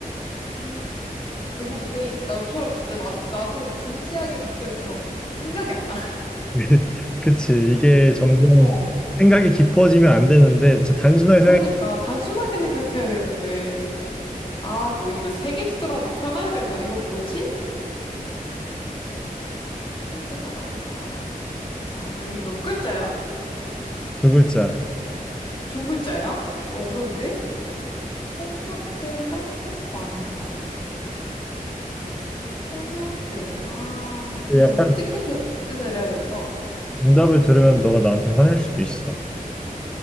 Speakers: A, on the left; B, in the centre.
A: 아, 너무 이제 나처럼 진짜 나, 나도 진지하게 접근해서 생각이 안 나. <laughs>
B: <laughs> 그치. 이게 점점
A: 어.
B: 생각이 깊어지면 안 되는데 진짜 단순하게
A: 그러니까
B: 생각해
A: 단순하게 생각해야 되는데 아 뭐 이거 세 개 주더라도 편해야 되나 이거 뭐지? 폭력배가 많은 나라? 아 이거 몇 글자야?
B: 두 글자.
A: 두 글자야? 어, 어려운데? 폭력배가 많은 나라 폭력배 아
B: 근데
A: 이거
B: 약간
A: 어떻게 접근을 해야 될까?
B: 정답을 들으면 너가 나한테 화낼 수도 있어.